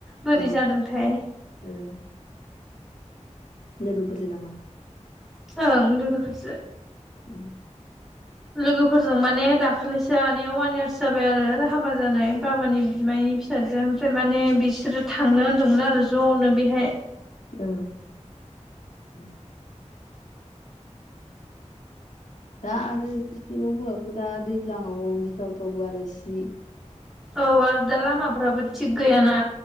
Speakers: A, in the centre; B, on the left (about 80°).
A: बोरै
B: औ
A: जादोंथाय
B: ओं लोगोफोरजो नामा?
A: ओं लोगोफोरजो।
B: उम
A: लोगोफोरजों माने दाखालैसो आनैया अवान इयार्स जाबाय आरो हाबा जानाय बाबानि बिमायनि फि साजोआ ओमफ्राय माने बिसोरो थांनो हन्दोंमोन आरो ज'नो बेहाय।
B: औ ओम दा आरो इसे न'फोरावथ' दा दैज्लाङाव गिथावथावबो आरो इसे
A: औ आरो दा लामाफ्राबो थिग गैयाना।